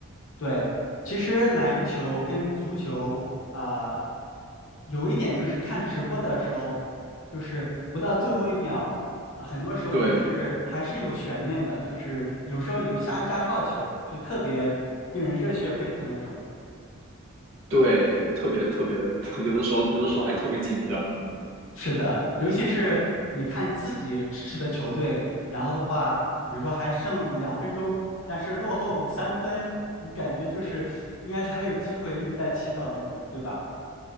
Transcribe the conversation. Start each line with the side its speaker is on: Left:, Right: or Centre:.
Left: 对，其实篮球跟足球啊、有一点就是看直播的时候，就是不到最后一秒。啊，很多时候你是还是有悬念的，
Right: 对
Left: 就是有时候有下压哨球，就特别令人热血沸腾那种。
Right: 对，特别特别，<laughs> 有的时候有的时候还特别紧张。
Left: 是的，尤其是你看自己支持的球队，然后的话，比如说还剩两分钟，但是落后三分，你感觉就是应该是还有机会，一直在祈祷那种，对吧？